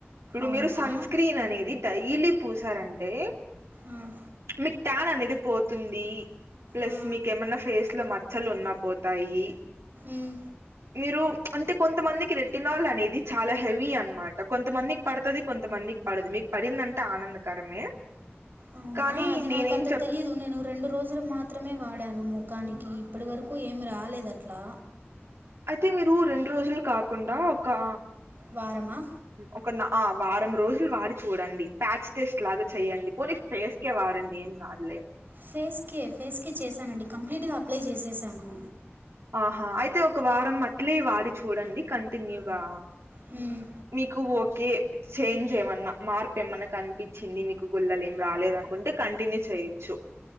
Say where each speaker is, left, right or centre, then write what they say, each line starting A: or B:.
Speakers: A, on the right; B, on the right.
A: ఇప్పుడు
B: అవునా
A: మీరు సన్ స్క్రీన్ అనేది డైలీ పూసారంటే
B: ఆ
A: మీక్ టాన్ అనేది పోతుంది ప్లస్
B: ఆ
A: మీకేమన్నా ఫేస్ లో మచ్చలు ఉన్నప్ పోతాయి
B: ఉమ్
A: మీరు అంటే కొంతమందికి రెటినాల్ అనేది చాలా హెవీ అన్మాట కొంతమంది పడుతుది కొంతమందిక్ పడదు మీకు పడిందంటే ఆనందకరమే
B: అవునా
A: కానీ
B: అది
A: నేనేం
B: నాకంత
A: చెప్
B: తెలియదు నేనూ రెండు రోజులు మాత్రమే వాడాను మొఖానికి ఇప్పడి వరకు ఏమి రాలేదట్లా
A: అయితే మీరు రెండ్ రోజుల్ కాకుండా ఒకా
B: వారమా
A: ఒక నా అ వారం రోజులు వాడి చూడండి ప్యాచ్ టెస్ట్ లాగా చెయ్యడి పోనీ ఫేస్ క్కే వాడండి ఏం గాదులే
B: ఫేస్కే ఫేస్కే చేశానండి కంప్లీట్గా అప్లై చేసేసాను
A: ఆహా అయితే ఒక వారం అట్లే వాడి చూడండి కంటిన్యూగా
B: ఉమ్
A: మీకు ఓకే చేంజ్ ఏమన్నా మార్ప్ ఏమన్నా కనిపి చిన్ని మీకు గొల్లల్ ఏం రాలేదనుకుంటే కంటిన్యూ చేయిచ్చు